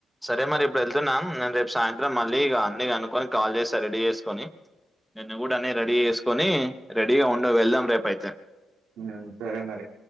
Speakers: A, in the centre; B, on the right.
A: సరే మరి ఇప్పుడు వెళ్తున్నాం నేను రేపు సాయంత్రం మళ్ళీ ఇక అన్ని కనుకొని కాల్ చేస్తా రెడీ చేసుకొని నేన్న కూడా అని రెడీ చేసుకొని రెడీగా ఉండు వెళ్దాం రేపు అయితే
B: హ్మ్ సరే మరి